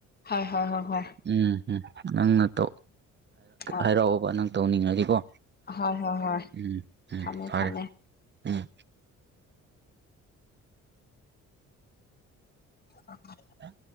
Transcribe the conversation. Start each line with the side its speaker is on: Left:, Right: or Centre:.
Left: ꯍꯣꯏ ꯍꯣꯏ ꯍꯣꯏ ꯍꯣꯏ
Right: ꯎꯝ ꯎꯝ ꯅꯪꯅꯧ
Left: ꯑ
Right: ꯍꯥꯏꯔꯛꯑꯣꯕ ꯅꯪ ꯇꯧꯅꯤꯡꯉꯁꯤꯀꯣ
Left: ꯍꯣꯏ ꯍꯣꯏ ꯍꯣꯏ
Right: ꯎꯝ ꯎꯝ
Left: ꯊꯝꯃꯦ
Right: ꯐꯔꯦ
Left: ꯊꯝꯃꯦ
Right: ꯎꯝ
Left: ꯑ
Right: ꯑ